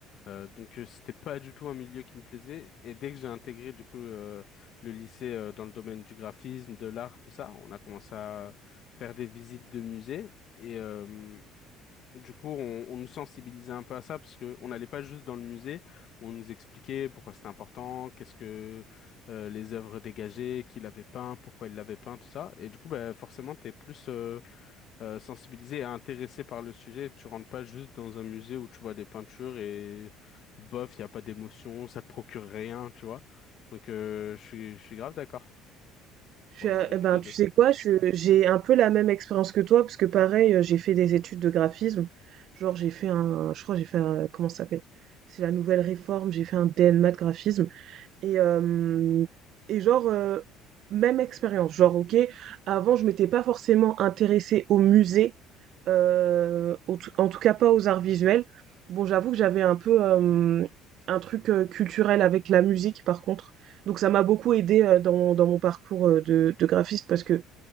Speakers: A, on the left (about 45°); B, on the right (about 55°).
A: Euh, donc euh, c'était pas du tout un milieu qui me plaisait. Et dès que j'ai intégré du coup euh, le lycée euh, dans le domaine du graphisme, de l'art, tout ça, on a commencé à faire des visites de musées. Et, euh, du coup, on, on nous sensibilisait un peu à ça parce que on n'allait pas juste dans le musée, on nous expliquait pourquoi c'était important, qu'est-ce que euh, les œuvres dégagées, qui l'avait peint, pourquoi il l'avait peint, tout ça. Et du coup, bah, forcément, t'es plus euh, euh, sensibilisé et intéressé par le sujet. Tu rentres pas juste dans un musée où tu vois des peintures et bof, il y a pas d'émotion, ça te procure rien, tu vois. Donc, euh, je suis, je suis grave d'accord
B: Je
A: pour
B: suis
A: avoir
B: à-
A: vécu
B: eh ben,
A: les
B: tu
A: deux.
B: sais quoi, je- j'ai un peu la même expérience que toi, parce que pareil, euh, j'ai fait des études de graphisme. Genre, j'ai fait un, je crois, que j'ai fait un, euh, comment ça s'appelle? C'est la nouvelle réforme, j'ai fait un DNMAT graphisme. Et, euh, et genre, euh, même expérience. Genre, ok, avant, je m'étais pas forcément intéressée au musée, euh, au tou- en tout cas pas aux arts visuels. Bon, j'avoue que j'avais un peu euh, un truc euh, culturel avec la musique, par contre. Donc, ça m'a beaucoup aidé dans, mon- dans mon parcours euh, de, de graphiste parce que